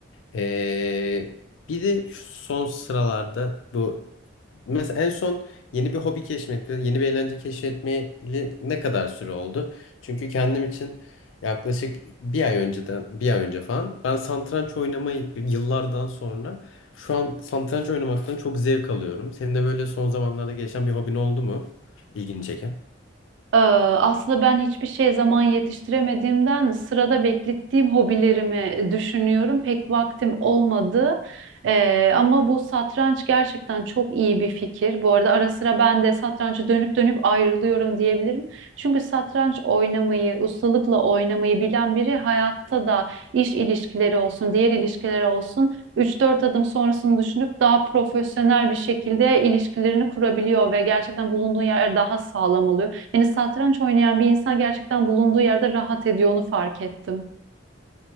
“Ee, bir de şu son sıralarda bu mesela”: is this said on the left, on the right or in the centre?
Left